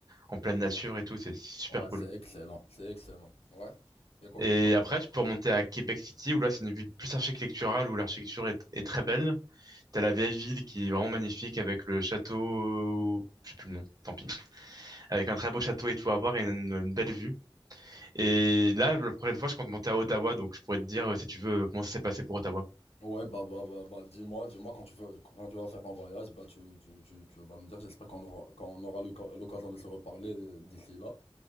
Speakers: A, on the right; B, on the left.
A: en pleine nature et tout. C'est c'est super
B: Ouais,
A: cool.
B: c'est excellent, c'est excellent. Ouais. Il y a quoi
A: Et
B: d'autre à voir?
A: après, tu peux remonter à Québec City, où là, c'est une ville plus architecturale, où l'architecture est, est très belle. T'as la vieille ville qui est vraiment magnifique avec le château, je sais plus le nom, tant pis, avec un très beau château et tout à voir et une, une belle vue. Et là, la prochaine fois, je compte monter à Ottawa, donc je pourrais te dire, euh, si tu veux, euh, comment ça s'est passé pour Ottawa.
B: Ouais, bah, bah, bah, bah, dis-moi, dis-moi, quand tu veux, quand tu vas faire ton voyage, bah, tu, tu, tu, tu vas me dire, j'espère qu'on aura, qu'on aura l'oc- l'occasion de se reparler euh, d'ici là.